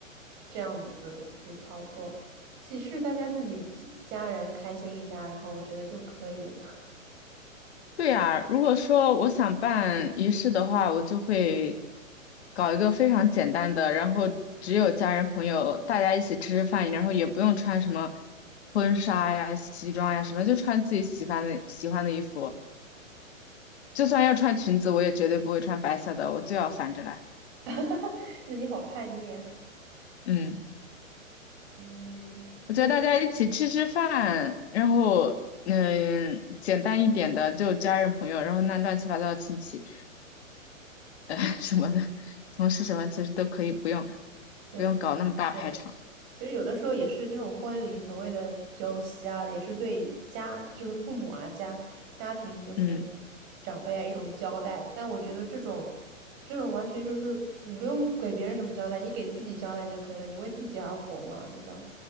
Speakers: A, on the right (about 30°); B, on the left (about 50°).
A: 这样子去操作。喜事大家自己几家人开心一下，然后我觉得就可以了。
B: 对呀，如果说我想办仪式的话，我就会搞一个非常简单的，然后只有家人朋友大家一起吃吃饭，然后也不用穿什么婚纱呀、西装呀什么，就穿自己喜欢的喜欢的衣服。就算要穿裙子，我也绝对不会穿白色的，我就要反着来。
A: <laughs> 那你好叛逆啊！
B: 嗯，
A: 嗯，
B: 我觉得大家一起吃吃饭，
A: 那你
B: 然后嗯，简单一点的就家人朋友，然后那乱七八糟的亲戚。呃 <laughs> 什么的，同事什么其实都可以不用
A: 对。
B: 不用搞那么大排场。
A: 对其实有的时候也是这种婚礼所谓的酒席啊，也是对家就是父母啊家家庭就是
B: 嗯，
A: 长辈啊一种交代。但我觉得这种这种完全就是你不用给别人什么交代，你给自己交代就可以了，你为自己而活嘛，对吧？